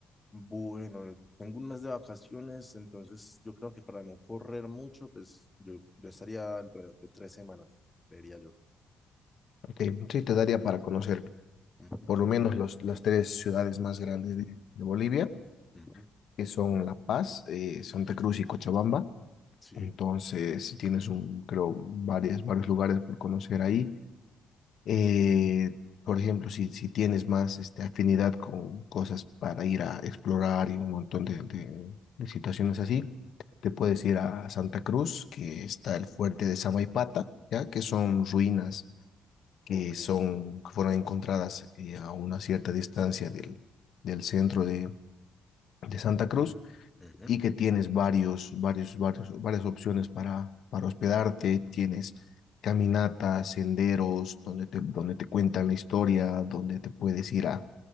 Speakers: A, on the left (about 15°); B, on the left (about 65°).
A: Bueno, tengo un mes de vacaciones, entonces yo creo que para no correr mucho, pues yo, yo estaría alrededor de tres semanas, vería yo.
B: Ok, sí, te daría para conocer
A: Ujú,
B: por lo menos los, las tres ciudades más grandes de, de Bolivia,
A: ujú,
B: que son La Paz, eh, Santa Cruz y Cochabamba.
A: Sí,
B: Entonces, si tienes un, creo, varias, varios lugares por conocer ahí. Eh, por ejemplo, si, si tienes más este, afinidad con cosas para ir a explorar y un montón de, de, de situaciones así, te puedes ir a Santa Cruz, que está el fuerte de Samaipata, ¿ya? que son ruinas que
A: ok,
B: son, que fueron encontradas eh, a una cierta distancia del, del centro de, de Santa Cruz
A: ujú,
B: y que tienes varios, varios, varios, varias opciones para, para hospedarte, tienes caminatas, senderos, donde te, donde te cuentan la historia, donde te puedes ir a,